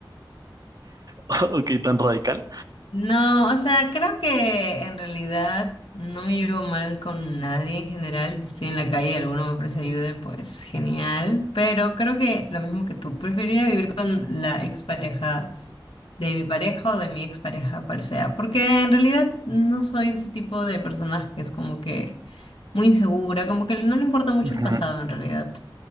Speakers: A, on the right (about 45°); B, on the left (about 80°).
A: <laughs> Ok, tan radical.
B: No, o sea, creo que en realidad no me llevo mal con nadie en general. Si estoy en la calle y alguno me ofrece ayuda, pues genial. Pero creo que lo mismo que tú, preferiría vivir con la expareja de mi pareja o de mi expareja, cual sea. Porque en realidad no soy de ese tipo de personas que es como que muy insegura, como que no le importa mucho
A: Ujú.
B: el pasado en realidad.